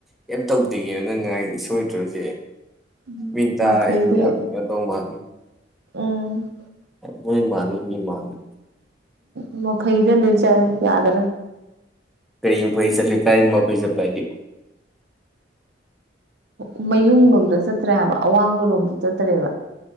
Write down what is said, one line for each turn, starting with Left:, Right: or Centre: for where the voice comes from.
Centre: ꯀ ꯇꯧꯗ꯭ꯒꯦ ꯅꯪ ꯉꯥꯏꯅꯤ ꯁꯣꯏꯗ꯭ꯔꯣꯁꯦ
Right: ꯎꯝ
Centre: ꯃꯤꯟꯇꯥ
Right: ꯃꯐꯩꯗꯤ
Centre: ꯑꯩꯁꯨ ꯌꯥꯝ ꯀꯩꯅꯣ ꯇꯧ ꯃꯥ
Right: ꯎꯝ
Centre: ꯃꯣꯏ ꯃꯥꯅꯤ ꯃꯤ ꯃꯥꯅꯤ
Right: ꯎ ꯃ ꯐꯩꯗꯜꯂꯤ ꯆ ꯌꯥꯗꯔ
Centre: ꯀꯔꯤ ꯄꯩꯁ ꯂꯩ ꯀꯥꯏ ꯃꯥ ꯄꯩꯁ ꯄꯥꯏꯦ
Right: ꯎꯝ ꯃꯌꯨꯡꯂꯣꯝꯗ ꯆꯠꯇ꯭ꯔꯦꯕ ꯑꯋꯥꯡꯕ ꯂꯣꯝꯗ ꯆꯠꯇꯔꯦꯕ